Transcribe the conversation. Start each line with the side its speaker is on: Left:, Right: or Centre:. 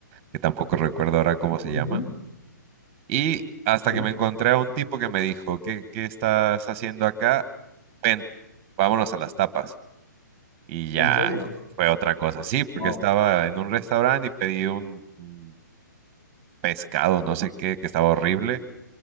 Right: que tampoco recuerdo ahora cómo se
Left: ujú,
Right: llama. Y hasta
Left: Sí.
Right: que me encontré a un tipo que me dijo, ¿qué, qué estás haciendo acá? Ven, vámonos a las tapas. Y ya
Left: ¿En serio?
Right: fue otra cosa, sí, porque
Left: Wow.
Right: estaba en un restaurante y pedí un un pescado, no sé qué, que estaba horrible